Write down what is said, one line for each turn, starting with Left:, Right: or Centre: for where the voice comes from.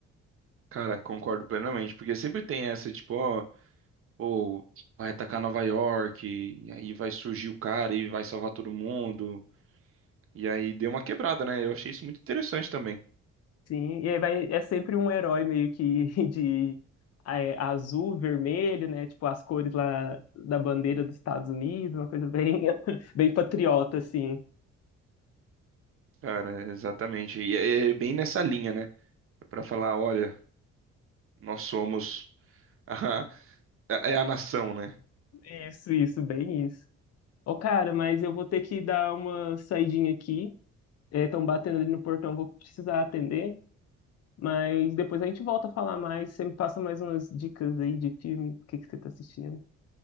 Right: Cara, concordo plenamente, porque sempre tem essa, tipo, ó. ou vai atacar Nova York, e aí vai surgir o cara e vai salvar todo mundo. E aí deu uma quebrada, né? Eu achei isso muito interessante também.
Left: Sim, e aí vai, é sempre um herói meio que <laughs> de é, azul, vermelho, né? Tipo as cores lá da bandeira dos Estados Unidos, uma coisa bem, <laughs> bem patriota, assim.
Right: Cara, exatamente. E é é bem nessa linha, né? Pra falar, olha, nós somos <laughs> a, é a nação, né?
Left: Isso, isso, bem isso. Ô, cara, mas eu vou ter que dar uma saidinha aqui. Estão batendo ali no portão, vou precisar atender. Mas depois a gente volta a falar mais. Você me passa mais umas dicas aí de filme, o que que você tá assistindo.